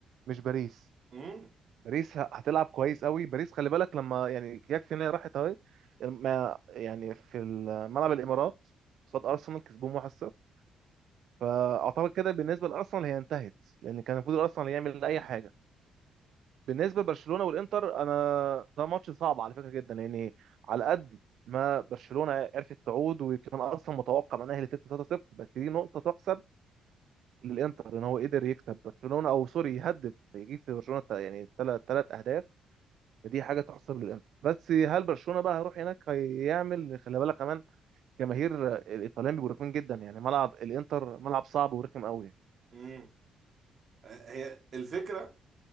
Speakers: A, on the right (about 70°); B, on the right (about 50°).
A: مش باريس
B: امم
A: باريس ه- هتلعب كويس قوي باريس خلي بالك لما يعني يكفي ان هي راحت اهي الم- يعني في ال- ملعب الامارات قصاد ارسنال كسبوهم 1-0 فاعتقد كده بالنسبه لارسنال هي انتهت لان كان المفروض ارسنال يعمل اي حاجه بالنسبه لبرشلونه والانتر انا ده ماتش صعب على فكره جدا لان على قد ما برشلونه عرفت تعود وكان اصلا متوقع انها هي اللي تكسب 3-0 بس دي نقطه تحسب للانتر ان هو قدر يكسب برشلونه او سوري يهدف يجيب في برشلونه تا- يعني ثلاث ثلاث اهداف فدي حاجه تحسب للانتر بس هل برشلونه بقى هيروح هناك هيعمل خلي بالك كمان جماهير الايطاليين بيبقوا رخمين جدا يعني ملعب الانتر ملعب صعب ورخم قوي
B: امم هي الفكره